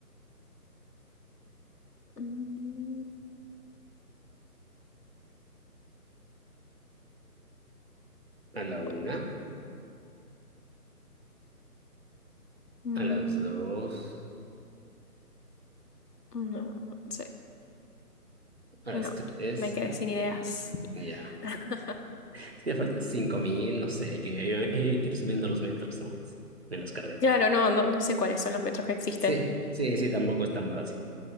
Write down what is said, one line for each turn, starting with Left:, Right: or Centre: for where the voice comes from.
Left: Mm,
Right: A la
Left: uy.
Right: una,
Left: Mm,
Right: a las dos,
Left: no, no sé.
Right: a las
Left: No,
Right: tres.
Left: me quedé sin ideas.
Right: Ya.
Left: <laughs>
Right: Es que me faltan 5000, no sé. Hay que, hay que ir subiendo los metros nomás en las carreras.
Left: Claro, no, no, no sé cuáles son los metros que existen.
Right: Sí, sí, sí, tampoco es tan fácil.